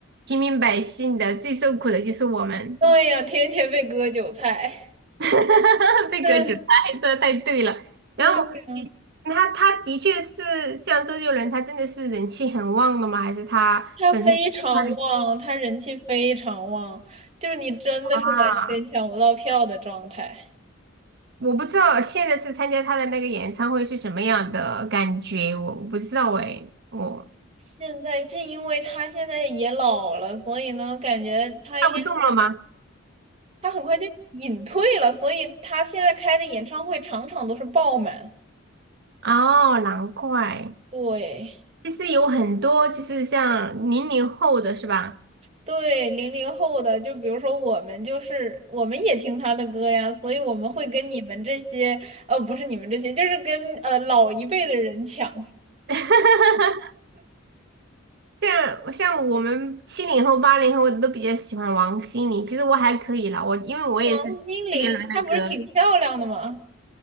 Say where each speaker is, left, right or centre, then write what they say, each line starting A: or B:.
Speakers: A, on the right (about 55°); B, on the right (about 30°).
A: 平民百姓的最受苦的就是我们。
B: 对呀，天天被割韭菜。
A: <laughs> 哈哈哈！被隔绝了，
B: <laughs>
A: 这太对了。然后你他他的确是像周杰伦，
B: 对。
A: 他真的是人气很旺的吗？还是他本身他的
B: 他非常旺，他人气非常旺，就是你真的是完全抢不到票的状态。
A: 啊？我不知道现在是参加他的那个演唱会是什么样的感觉，我我不知道哎，我
B: 现在就因为他现在也老了，所以呢，感觉他应该
A: 跳不动了吗？
B: 他很快就隐退了，所以他现在开的演唱会场场都是爆满。
A: 哦，难怪。
B: 对
A: 其实有很多就是像零零后的是吧？
B: 对，零零后的，就比如说我们，就是我们也听他的歌呀，所以我们会跟你们这些，呃，不是你们这些，就是跟呃老一辈的人抢。
A: <laughs> 哈哈哈哈像像我们七零后、八零后都比较喜欢王心凌，其实我还可以啦，我因为我也是周杰伦的歌，
B: 王心凌她不是挺漂亮的吗？